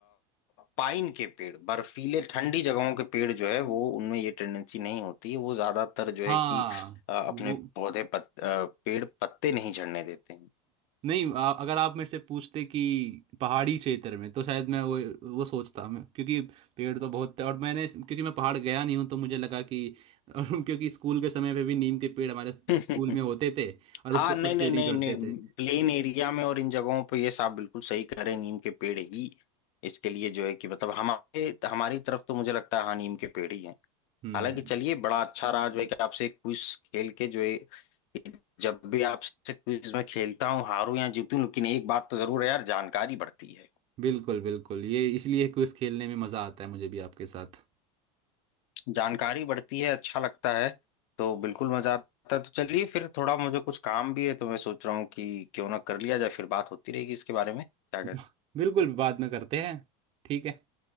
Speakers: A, on the left; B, on the right.
A: पाइन के पेड़ बर्फीले ठंडी जगहों के पेड़ जो है वो उनमें ये टेंडेंसी नहीं होती वो ज्यादातर जो
B: हाँ
A: है कि अ, अपने
B: वो
A: पौधे पत, अ, पेड़ पत्ते नहीं झड़ने देते हैं
B: नहीं आ, अगर आप मेरे से पूछते कि पहाड़ी क्षेत्र में तो शायद मैं वो वो सोचता मैं क्योंकि पेड़ तो बहुत थे और मैंने क्योंकि मैं पहाड़ गया नहीं हूँ तो मुझे लगा कि <laughs> क्योंकि स्कूल के समय पे भी नीम के पेड़ हमारे स्कूल
A: <laughs>
B: में होते थे और
A: हाँ
B: उसके
A: नहीं
B: पत्ते
A: नहीं
B: नहीं
A: नहीं
B: झड़ते
A: नहीं
B: थे
A: प्लेन एरिया में और इन जगहों पे ये साहब बिल्कुल सही करें नीम के पेड़ ही इसके लिए जो है कि मतलब हमारे हमारी तरफ तो मुझे लगता है हाँ नीम के पेड़ ही हैं
B: हम्म
A: हालांकि चलिए बड़ा अच्छा रहा जो है कि आपसे क्विज खेल के जो है जब भी आपसे क्विज में खेलता हूँ हारूं या जीतूं लेकिन एक बात तो जरूर है यार जानकारी बढ़ती है
B: बिल्कुल बिल्कुल ये इसलिए क्विज खेलने में मज़ा आता है मुझे भी आपके साथ
A: जानकारी बढ़ती है अच्छा लगता है तो बिल्कुल मजा आता है तो चलिए फिर थोड़ा मुझे कुछ काम भी है तो मैं सोच रहा हूँ कि क्यों ना कर लिया जाए फिर बात होती रहेगी इसके बारे में क्या
B: <laughs>
A: कहते
B: बिल्कुल
A: हैं
B: बाद में करते हैं ठीक है